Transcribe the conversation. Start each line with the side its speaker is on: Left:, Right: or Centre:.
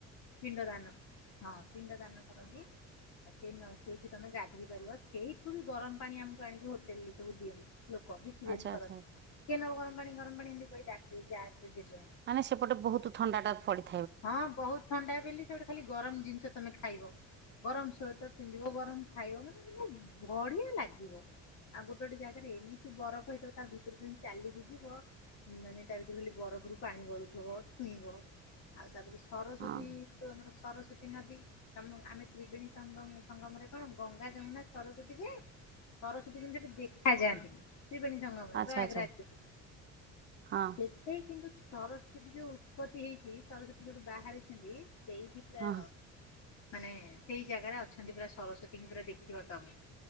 Left: ପିଣ୍ଡ ଦାନ ହଁ ପିଣ୍ଡ ଦାନ କରନ୍ତି। ଆ ସେ ନ ସେଇଠି ତମେ ଗାଧୋଇ ପାରିବ ସେଇଠୁ ବି ଗରମ ପାଣି ଆମକୁ ଆଣିକି ହୋଟେଲ ରେ ସବୁ ଦିଅନ୍ତୁ। ଲୋକ ବିକିରି
Right: ଆଚ୍ଛା
Left: ଏମିତି କରନ୍ତି।
Right: ଆଚ୍ଛା
Left: କେ ନବ ଗରମ ପାଣି ଗରମ ପାଣି ଏମିତି କହି ଡାକି। <unintelligible>
Right: ମାନେ ସେପଟେ ବହୁତ ଥଣ୍ଡା ଟା ପଡି
Left: ହଁ ବହୁତ ଥଣ୍ଡା ବିଲି ସେପଟେ ଖାଲି ଗରମ ଜିନିଷ ତମେ ଖାଇବ। ଗରମ ସ୍ୱେଟର ପିନ୍ଧିବ, ଗରମ ଖାଇବ, ମାନେ ତମକୁ ବଢିଆ ଲାଗିବ। ଆଉ ଗୋଟେ ଗୋଟେ ଜାଗାରେ ଏମିତି ବରଫ ହେଇଥିବ ତା ଭିତରେ ତମେ ଚାଲିକି ଯିବ, ମାନେ ତା ଭିତରୁ ଖାଲି ବରଫ ଫରୁ ପାଣି ଗଳୁଥବ, ଛୁଇଁବ। ଆଉ ତାପରେ ସରସ୍ଵତୀ
Right: ହଁ
Left: ତ ଆମର ସରସ୍ଵତୀ ନଦୀ ତମ ଆମେ ତ୍ରିବେଣୀ ସଙ୍ଗମ ସଙ୍ଗମରେ କଣ ଗଙ୍ଗା, ଯମୁନା, ସରସ୍ଵତୀ ଯେ ସରସ୍ଵତୀ ଯେମତି ସେଠି ଦେଖାଯାଆନ୍ତିନି। ତ୍ରିବେଣୀ ସଙ୍ଗମରେ
Right: ଆଚ୍ଛା
Left: ପ୍ରୟାଗରାଜସେଠି,
Right: ଆଚ୍ଛା ହଁ
Left: ସେଠି କିନ୍ତୁ ସରସ୍ଵତୀ ଯୋଉ ଉତ୍ପତ୍ତି ହେଇଛି, ସରସ୍ଵତୀ ଯୋଉଠୁ ବାହାରିଛନ୍ତି ସେଇଠି ପ୍ରାୟ
Right: ହଁ
Left: ମାନେ ସେଇ ଜାଗାରେ ଅଛନ୍ତି ପୁରା ସରସ୍ଵତୀଙ୍କି ପୁରା ଦେଖିବା ତମେ।